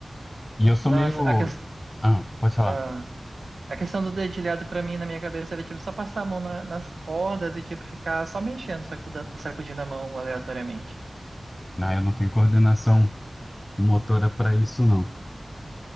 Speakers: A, on the left; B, on the right.
A: E eu sou
B: Nossa,
A: meio.
B: a, ques-
A: Ah, pode falar.
B: ah, a questão do dedilhado pra mim na minha cabeça era tipo só passar a mão na- nas cordas e tipo ficar só mexendo, sacuda- sacudindo a mão aleatoriamente.
A: Não, eu não tenho coordenação motora para isso, não.